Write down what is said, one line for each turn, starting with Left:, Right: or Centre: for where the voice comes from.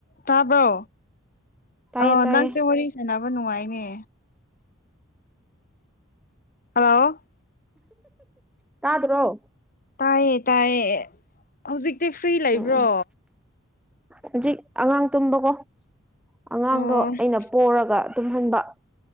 Left: ꯇꯥꯕ꯭ꯔꯣ
Centre: ꯇꯥꯏꯌꯦ
Left: ꯑ
Centre: ꯇꯥꯏꯌꯦ
Left: ꯅꯪꯁꯦ ꯋꯥꯔꯤ ꯁꯥꯅꯕ ꯅꯨꯡꯉꯥꯏꯅꯦ ꯍꯜꯂꯣ
Centre: ꯇꯥꯗꯔꯣ
Left: ꯇꯥꯏꯌꯦ ꯇꯥꯏꯌꯦ ꯍꯧꯖꯤꯛꯇꯤ ꯐ꯭ꯔꯤ ꯂꯩꯕ꯭ꯔꯣ
Centre: ꯎꯝ ꯎꯝ ꯍꯧꯖꯤꯛ ꯑꯉꯥꯡ ꯇꯨꯝꯕꯀꯣ ꯑꯉꯥꯡꯗꯣ
Left: ꯑꯣ
Centre: ꯑꯩꯅ ꯄꯣꯔꯒ ꯇꯨꯝꯍꯟꯕ